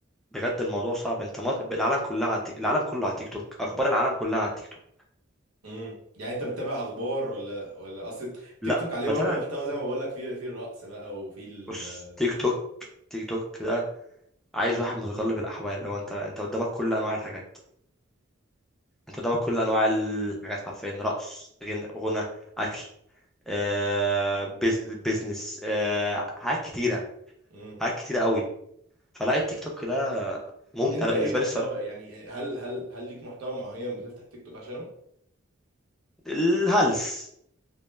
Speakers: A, in the centre; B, on the right.
A: بجد الموضوع صعب انت مص... العالم كلها على التيك... العالم كله على التيك توك اخبار العالم كلها على التيك توك
B: امم يعني انت بتتابع اخبار ولا ولا اصل
A: لا
B: تيك توك عليه
A: بتابع
B: برضه محتوى زي ما بقول لك فيه فيه الرقص بقى وفيه ال
A: بص تيك توك تيك توك ده عايز واحد متقلب الاحوال لو انت انت قدامك كل انواع الحاجات انت قدامك كل انواع الحاجات حرفيا رقص غن- غنى اكل آه بيز... بيزنس آه حاجات كتيره
B: امم
A: حاجات كتيره قوي فلا التيك توك ده ممتع
B: انت
A: انا
B: ايه
A: بالنسبه
B: المحتوى
A: لي الصراحه
B: يعني هل هل هل ليك محتوى معين بتفتح تيك توك عشانه
A: الهلس